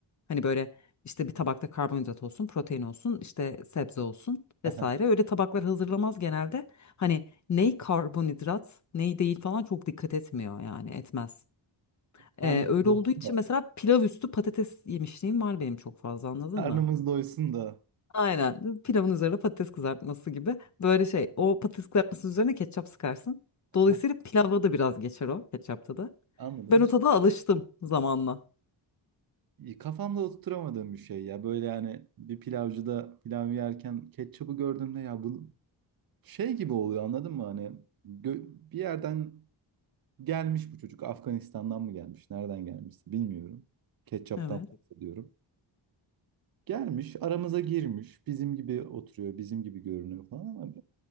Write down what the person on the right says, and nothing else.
<laughs>
Karnımız
doysun
da.
Karnımız
doysun da.
<laughs>
Anladım.
Hiç
kafamda oturtamadığım bir şey ya. Böyle yani bir pilavcıda pilav yerken ketçabı gördüğümde ya bu şey gibi oluyor anladın mı? Hani gö- bir yerden Gelmiş bu çocuk. Afganistan'dan mı gelmiş? Nereden gelmişse bilmiyorum. Ketçaptan
bahsediyorum. Gelmiş, aramıza girmiş. Bizim gibi oturuyor, bizim gibi görünüyor falan ama